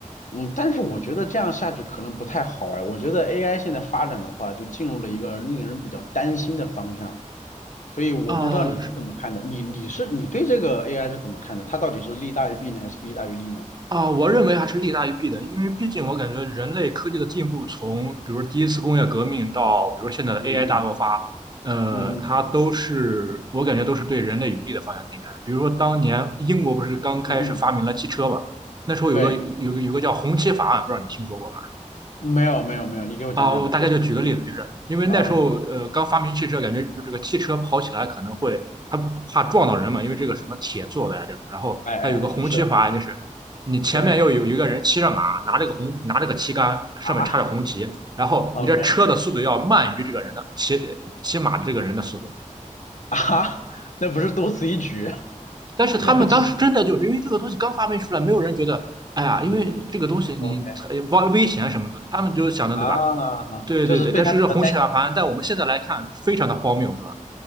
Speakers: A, on the left; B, on the right.
A: 嗯，但是我觉得这样下去可能不太好哎，我觉得 AI 现在发展的话，就进入了一个令人比较担心的方向。所以我不知道你是怎么看的，
B: 啊、
A: 你你是你对这个 AI 是怎么看的？它到底是利大于弊呢，还是弊大于利呢？
B: 啊，我认为还是利大于弊的，因为毕竟我感觉人类科技的进步，从比如第一次工业革命到比如现在的 AI
A: 嗯嗯
B: 大爆发，呃，
A: 嗯嗯
B: 它都是我感觉都是对人类有利的方向进展的。比如说当年英国不是刚开始发明了汽车嘛，
A: 嗯嗯，
B: 那时候有个有个有个叫红旗法案，
A: 对，
B: 不知道你听说过吗？
A: 没有没有没有，你给我讲讲呗，
B: 啊，我大概就举个例子，
A: 这是什么意思？
B: 就是因为那时候呃刚发明汽车，
A: 啊啊，
B: 感觉就这个汽车跑起来可能会它怕撞到人嘛，因为这个什么铁做的呀这种，然后它有个红旗法，
A: 哎哎哎，是
B: 就是你前面要有一个人骑着马，
A: 是
B: 拿着个红拿着个旗杆，上面插着红旗，
A: 啊
B: 然后你这车的速度要慢于这个人的骑骑马的这个人的速度。
A: ，OK 啊，<laughs> 那不是多此一举，<laughs>
B: 但是他们当时真的就是因为这个东西刚发明出来，
A: 那我只
B: 没有人觉得哎呀，
A: 嗯
B: 因为这个东西你呃危危险什么的，
A: OK
B: 他们就想着对吧？
A: 啊，
B: 对对对，
A: 就是对他比较担
B: 但是这红血小盘在我们现在来看非常的荒谬，是吧？